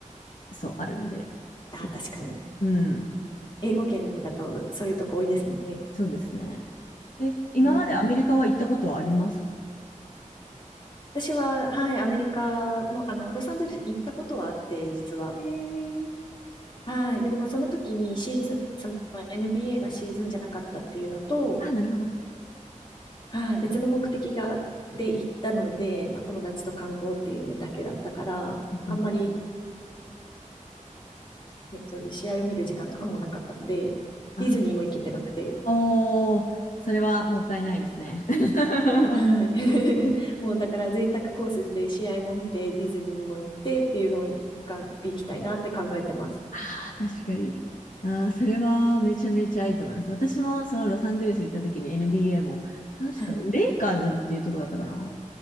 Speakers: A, on the left (about 75°); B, on the left (about 35°).
A: そう、あるんで。そ
B: あー、確かに。
A: う、うん。
B: 英語圏だとそういうとこ多いですもんね。
A: え、そうですね。え、今までアメリカは行ったことはありますか
B: うん。私は、はい、アメリカも、あの、ロサンゼルス行ったことはあって、実は。
A: えー、
B: はい。でも、その時にシーズン、その NBA がシーズンじゃなかったっていうのと、
A: あ、なるほど。うん
B: はい、別の目的が、で行ったので、まあ友達と観光っていうのだけだったから、
A: うん。
B: あんまりね、そういう試合を見る時間とかもなかったので、
A: あ
B: ディズニーも行けてなくて、
A: おー、それはもったいないですね。<laughs> あ
B: はい。<laughs> もうだから贅沢コースで試合も見て、ディズニーにも行ってっていうのをいか行きたいなって考えてます。
A: あ、確かに。ああ、それはめちゃめちゃいいと思います。私もそのロサンゼルス行った時に NBA も、確かレイカーズっていうとこだったかな。
B: はい。